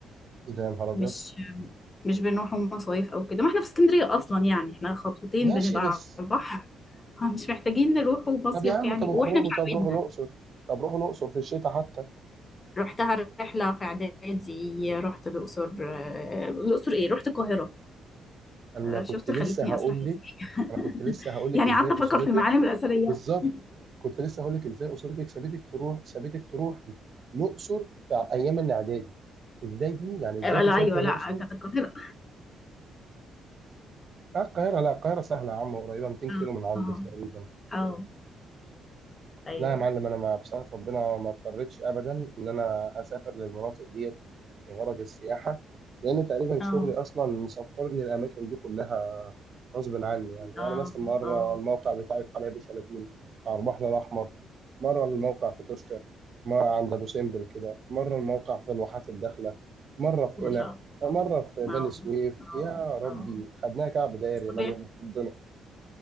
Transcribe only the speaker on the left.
مش مش بنروحوا مصايف او كده ما احنا في اسكندريه اصلا يعني احنا خطوتين
بنبقى
على البحر آه، مش محتاجين نروح ومصيف
يعني
واحنا
مش
عاملينها
رحتها رحلة في إعدادي رحت الأقصر آه، الأقصر إيه رحت القاهرة
آه،
شفت
خلتني
أسرح إزاي
<laughs>
يعني
قعدت أفكر
في المعالم الأثرية
<laughs>
آه،
لا أيوه لا
كانت القاهرة
اه
اه
آه، أيوه
اه
اه
اه
ما
شاء
الله
اه
اه
اه
بس طبيعة